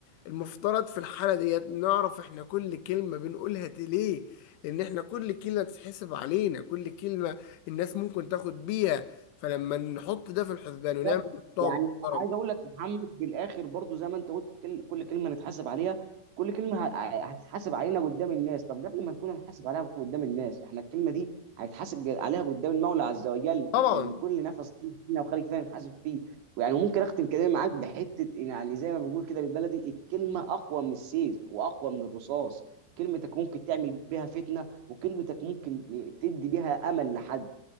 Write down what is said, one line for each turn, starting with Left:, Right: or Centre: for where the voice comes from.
Left: المفترض في الحالة ديت نعرف إحنا كل كلمة بنقولها ت- ليه لأن إحنا كل كلمة تتحسب علينا كل كلمة الناس ممكن تاخد بيها فلما نحط ده في الحسبان ونعمل
Right: بالظبط.
Left: محتوى
Right: يعني انا
Left: محترم
Right: عايز اقول لك يا محمد في الاخر برضو زي ما انت قلت كل كل كلمه نتحاسب عليها كل كلمه ه- هتتحاسب علينا قدام الناس طب قبل ما نكون هنحاسب عليها قدام الناس احنا الكلمه دي هيتحاسب ج- عليها قدام المولى عز وجل
Left: طبعا
Right: لان كل نفس فينا وخارج فينا نحاسب فيه ويعني ممكن اختم كلامي معاك بحته يعني زي ما بنقول كده بالبلدي الكلمه اقوى من السيف واقوى من الرصاص كلمتك ممكن تعمل بيها فتنه وكلمتك ممكن تدي بيها امل لحد